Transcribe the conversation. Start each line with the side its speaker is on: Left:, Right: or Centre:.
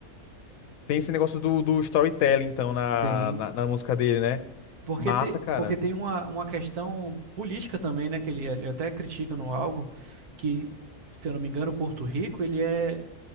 Left: Tem esse negócio do, do storytelling, então, na,
Right: Tem.
Left: na, na música dele, né?
Right: Porque,
Left: Massa,
Right: te,
Left: cara.
Right: porque tem uma, uma questão política também, né? Que ele, ele até critica no álbum, que, se eu não me engano, Porto Rico, ele é.